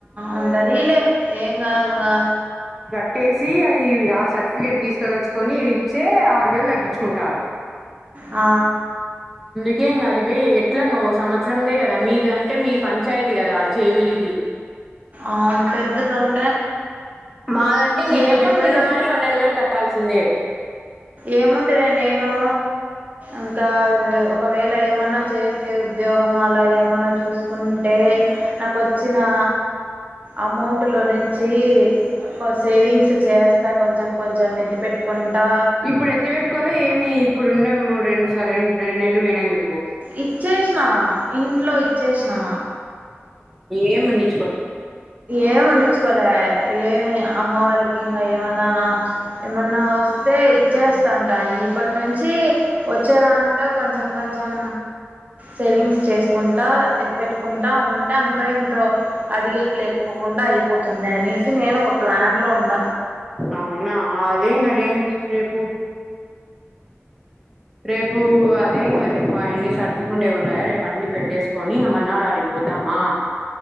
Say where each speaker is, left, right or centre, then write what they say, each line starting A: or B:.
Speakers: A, on the right; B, in the centre.
A: ఉండనీలే ఏంగాదుగా
B: ట్టేసి అది ఆ సర్టిఫికెట్ తీసుకొని వచ్చుకొని ఇ ఇచ్చే ఆరు వేలు తగ్గించుకుంటారు
A: ఆ
B: ఎం గాద్ అది బీ ఎట్లంగా ఓ సంవత్సరందే కదా మీరు అంటే మీరు పంచాయతీ కదా జేవిీడి
A: అవున్ పెద్ద తల్
B: మాదంటే ఇంగ
A: ఏముందిలే
B: నేను ఎప్పుడైనా కానీ పన్నెండు వేలు కట్టాల్సిందే
A: ఏముంది లె నేనూ ఇంకా ఒకవేళ ఏమన్నా చేస్తే ఉద్యోగం అలాగేమన్నా చూసుకుంటే నాకు వచ్చినా అమౌంట్ లో నుంచి కొ సేవింగ్స్ చేస్తా కొంచెం కొంచెం ఎత్తిపెట్టుకుంటా
B: ఇప్పుడు ఎత్తి పెట్టుకోలే ఏమీ ఇప్పుడు ఉన్న ము రెండు సార్ రెండ్ రెండ్ నెల్లు పోయినందు
A: ఇచ్చేస్సెన్న ఇంట్లో ఇచ్చేస్సిన్న
B: ఏమనీ
A: ఏం ఉండించుకోలే ఏవి అమ్మ వాళ్ళకి ఇంగా ఏమన్నా ఏమన్నా వస్తే ఇచ్చేస్తంట ఇం ఇప్పటి నుంచి వచ్చే దాంట్లో కొంచెం కొంచెం సేవింగ్స్ చేసుకుంటా పెట్టుకుంటా ఉంట అంతో ఇంతో అడిగేకి లేకపోకుండా అయిపోతుంది అనేసి నేను ఒక ప్లాన్లో ఉండ
B: అవునా దేంగా దేం రేపు రేపు అదే ఇంగ రేపు ఆయన్ని సర్దుకుండే ఉండాయా రేపు అన్ని పెట్టేసు కొని ఇంగ మన్నాడు ఆడికి పోతమా